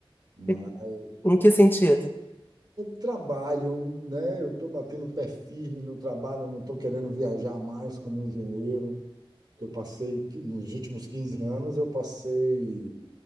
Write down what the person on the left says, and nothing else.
E Em que
sentido?